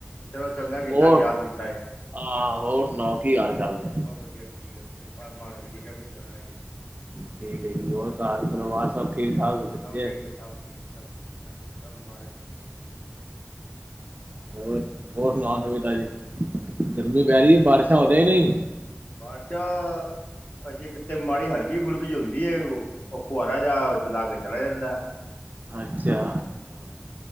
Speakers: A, on the left; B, on the right.
A: ਚਲੋ ਚੰਗਾ ਕੀਤਾ,
B: ਹੋਰ
A: ਯਾਦ ਕੀਤਾ ਏ।
B: ਹਾਂ ਹੋਰ ਸੁਣਾਉ, ਕੀ ਹਾਲ- ਚਾਲ ਨੇ?
A: ਬਸ ਵਧੀਆ ਠੀਕ ਹੈ, ਕਿਰਪਾ ਹੈ, ਮਹਾਰਾਜ ਦੀ ਚੜ੍ਹਦੀਕਲਾ ਕਲਾ ਹੈ ਜੀ।
B: ਠੀਕ ਹੈ ਜੀ, ਹੋਰ ਘਰ ਪਰਿਵਾਰ ਸਭ ਠੀਕ -ਠਾਕ? ਬੱਚੇ
A: ਸਭ ਠੀਕ ਹੈ, ਸਭ ਠੀਕ ਹੈ, ਸਭ ਠੀਕ ਹੈ, ਸਭ ਮਹਾਰਾਜ ਦੀ ਮਿਹਰ ਹੈ।
B: ਹੋਰ, ਹੋਰ ਸੁਣਾਉ ਨਵੀਂ ਤਾਜੀ, ਗਰਮੀ ਪੈ ਰਹੀ ਹੈ, ਬਾਰਿਸ਼ਾਂ ਹੋ ਰਹੀ ਕਿ ਨਹੀਂ?
A: ਬਾਰਸ਼ਾਂ ਅਜੇ ਕਿੱਥੇ, ਮਾੜੀ ਹਲਕੀ ਫੁਲਕੀ ਜੀ ਹੁੰਦੀ ਹੈ, ਉਹ ਫੁਆਰਾ ਜਿਹਾ ਚਲਾ ਕੇ ਚਲਾ ਜਾਂਦਾ।
B: ਅੱਛਾ।
A: ਹਾਂ